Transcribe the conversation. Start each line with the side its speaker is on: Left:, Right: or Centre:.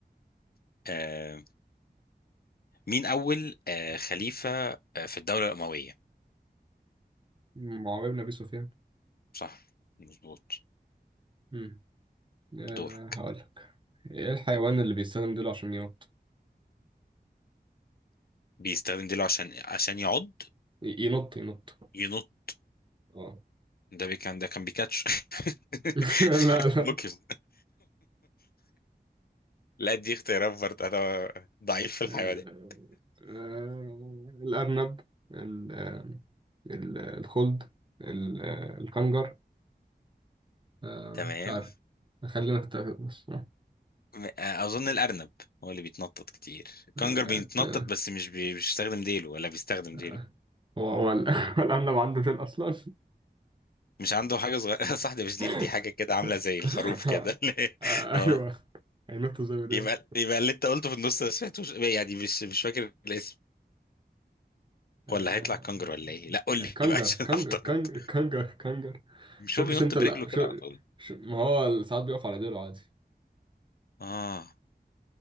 Left: آه مين أول آه خليفة آه في الدولة الأموية
Right: معاوية بن أبي سفيان
Left: صح مظبوط
Right: مم. أه
Left: دورك
Right: هقول لك إيه الحيوان اللي بيستخدم ديله عشان ينط
Left: بيستخدم ديله عشان عشان يعض
Right: ي- ينط ينط
Left: ينط
Right: أه
Left: ده بي- كان ده كان بيكاتش <laughs>
Right: <laughs> لا لا
Left: بوكيمون لا دي اختيارات برضه انا ضعيف في الحيوانات
Right: آه، آه، الأرنب ال- آه، ال- الخلد ال- آه، الكنجر آه،
Left: <laughs> تمام
Right: مش عارف خلينا في التلاتة بس
Left: م- آه، اظن الارنب هو اللي بيتنطط كتير الكنجر
Right: آه،
Left: بيتنطط بس مش بي... مش بيستخدم ديله ولا بيستخدم
Right: آه،
Left: ديله
Right: هو هو ال- <laughs> هو الأرنب عنده ديل أصلا
Left: مش عنده حاجه صغيره <laughs> صح ده مش ديل
Right: <laughs>
Left: دي حاجه كده عامله زي
Right: <laughs>
Left: الخروف كده <laughs>
Right: آه،
Left: اه
Right: ايوه هينطوا زي ما دول
Left: يبقى يبقى اللي انت قلته في النص انا سمعتوش يعني مش مش فاكر الاسم
Right: آه،
Left: ولا هيطلع كنجر ولا ايه لا قول لي
Right: كانجر
Left: <laughs> بقى عشان
Right: كانجر
Left: احترت
Right: كانجر كانجر كانجر
Left: مش
Right: شفتش
Left: هو بينط
Right: انت
Left: برجله
Right: لا
Left: كده
Right: شو...
Left: على طول
Right: شو... ما هو ساعات بيقف على ديله عادي
Left: اه